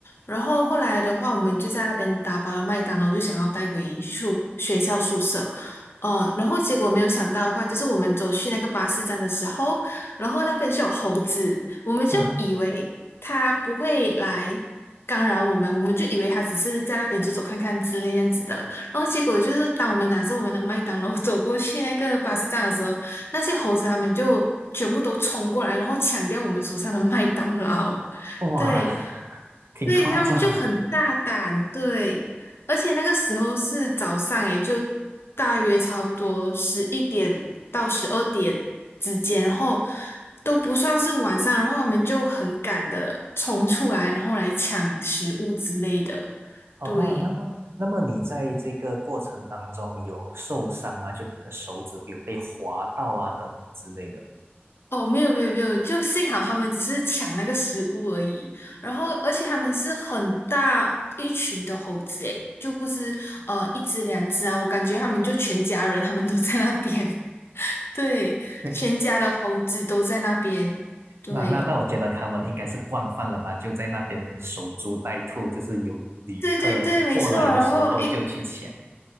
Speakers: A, on the left; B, on the right.
A: 然后后来的话，我们就在那边打包了麦当劳，就想要带回宿学校宿舍。呃，然后结果没有想到的话，就是我们走去那个巴士站的时候，然后那边就有猴子，我们就以为它不会来干扰我们，
B: 啊，
A: 我们就以为它只是在那边走走看看之类这样子的。然后结果就是，当我们拿着我们的麦当劳走过去那个巴士站的时候，那些猴子他们就全部都冲过来，然后抢掉我们手上的麦当劳。
B: 哇，
A: 对，
B: <laughs> 挺夸张的。
A: 对他们就很大胆，对，而且那个时候是早上，诶，就大约差不多十一点到十二点之间，然后都不算是晚上，然后他们就很赶的冲出来，然后来抢食物之类的，
B: 哦，
A: 对。
B: 那么，那么你在这个过程当中有受伤吗？就可能手指会有被划到啊，等等之类的。
A: 哦，没有没有没有，就幸好他们只是抢那个食物而已。然后，而且他们是很大一群的猴子，诶，就不是呃一只两只啊。我感觉他们就全家人，他们都在那边。<laughs> 对，
B: 对，
A: 全家的猴子都在那边。对，
B: 那那那，我觉得他们应该是惯犯了吧？就在那边守株待兔，就是有旅客过来的时候就去抢。
A: 对对对，没错。然后，诶，